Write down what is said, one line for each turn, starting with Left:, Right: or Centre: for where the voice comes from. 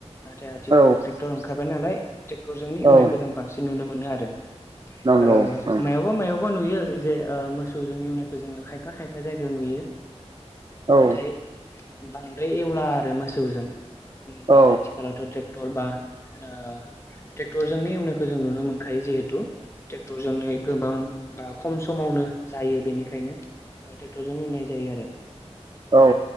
Left: नाथाय आथिखालाव
Right: औ
Left: ट्रेक्टर ओंखारबाय नालाय ट्रेक्टरजोंनो एवनायखौ
Right: औ
Left: जों बांसिन नुनो मोनो आरो।
Right: नंगौ
Left: ओ
Right: नंगौ
Left: मायावबा मायावबा बा नुयो जे मोस जजों एवनायखौ जोंङो खायफा खायफा जायगायाव नुयो।
Right: औ
Left: नाथाय बांद्राय एवला आरो मोसौजों।
Right: औ
Left: दा आथिखालावथ' ट्रेक तेक्टल बा ओ ट्रेक्टरजों नुनो जों नुनो मोनखायो जिहेथु। ट्रेक्टरजोंनो गोबां बा खम समावनो जायो बेनिखायनो ट्रेक्टरजों एवनाय जायो आरो।
Right: औ